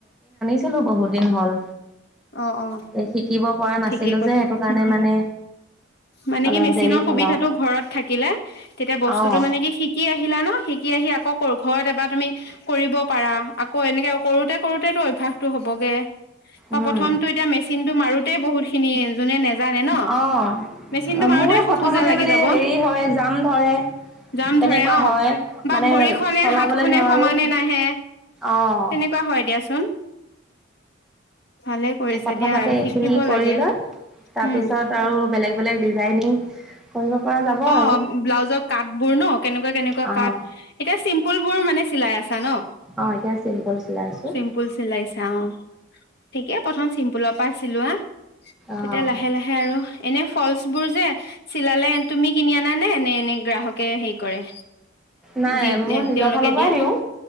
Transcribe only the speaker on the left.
অ অ
ঠিকেই কৈছা
উম
মানে
কি মেচিনৰ
সুবিধাটো
ঘৰত থাকিলে তেতিয়া বস্তুতটো
মানে কি শিকি আহিলা ন শিকি আহি আকৌ কৰ ঘৰত এবাৰ তুমি কৰিব পাৰা আকৌ এনেকে কৰোতে, কৰোতেতো অভ্যাসটো হ'বগে।
প্ৰথমতটো এতিয়া মেচিন টো মাৰো তে বহুত খিনি নাযা নে ন ন
মেচিনটো মাৰোতে
শোকোজা
লাগি
যাব
যাম
ধৰে অঁ',
বা
ভৰিখনে
হাতখনে
সমানে নাহে
তেনেকুৱা হয় দিয়াচোন। ভালে কৰিছা
দিয়া আৰু শিকিব
লাগে উম,
অ',
ব্লাউজৰ কাটবোৰ ন কেনেকুৱা কেনেকুৱা
কাট এতিয়া চিম্পুলবোৰ মানে চিলাই আছা ন
চিম্পুল চিলাইছা অ', ঠিকে প্ৰথম চিম্পুলৰ পৰা চিলোৱা
তেতিয়া লাহে লাহে আৰু এনে ফলচ বোৰ যে চিলালে তুমি কিনি আনা নে? এনে গ্ৰাহকে হেৰি কৰে
দি
তেওঁলোকে
দিয়ে